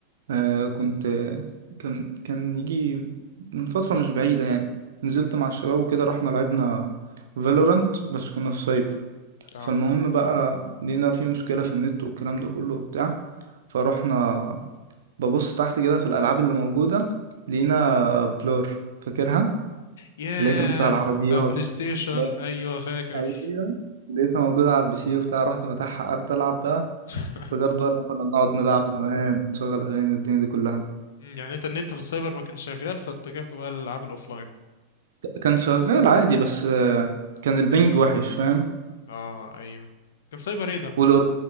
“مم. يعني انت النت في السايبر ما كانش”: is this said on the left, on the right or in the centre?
Left